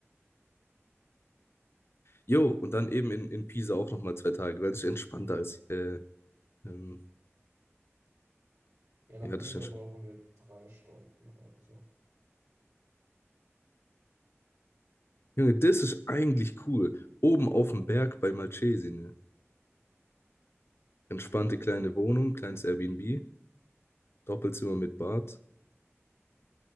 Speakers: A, on the left; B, on the right.
A: Jo, und dann eben in, in Pisa auch nochmal zwei Tage, weil das ist entspannter als, äh, ähm,
B: Ja, nach
A: ja,
B: Pisa
A: das ist entspannt.
B: brauchen wir drei Stunden. Also,
A: Junge, das ist eigentlich cool. Oben auf dem Berg bei Malcesine. Entspannte kleine Wohnung, kleines Airbnb. Doppelzimmer mit Bad.